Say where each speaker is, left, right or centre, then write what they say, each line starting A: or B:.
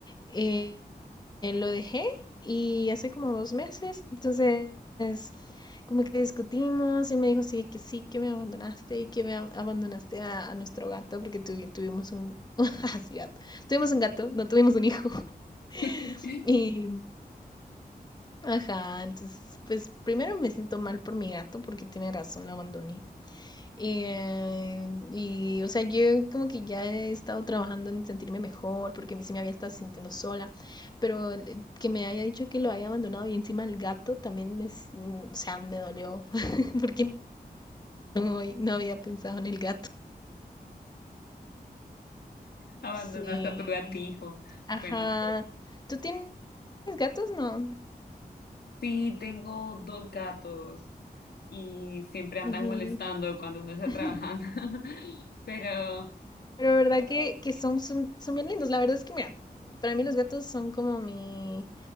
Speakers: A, on the left; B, on the left.
A: eh, lo dejé y hace como dos meses. Entonces como que discutimos y él me dijo sí que sí que me abandonaste y que me abandonaste a, a nuestro gato porque tu, tuvimos un <laughs> así gato tuvimos un gato no tuvimos un hijo <laughs>
B: <laughs>
A: y ajá entonces pues primero me siento mal por mi gato porque tiene razón lo abandoné eh, y, o sea, yo como que ya he estado trabajando en sentirme mejor, porque sí me había estado sintiendo sola, pero el- que me haya dicho que lo haya abandonado y encima el gato también me, s- mm, o sea, me dolió, <laughs> porque no, no había pensado en el gato.
B: Abandonaste
A: Sí,
B: a tu gatijo.
A: ajá.
B: Bueno,
A: ¿Tú tienes gatos? No.
B: sí, tengo dos gatos y siempre andan
A: Ujú.
B: molestando cuando uno está
A: <laughs>
B: trabajando. <laughs> Pero
A: Pero verdad que, que son, son, son bien lindos. La verdad es que, mira, para mí los gatos son como mi,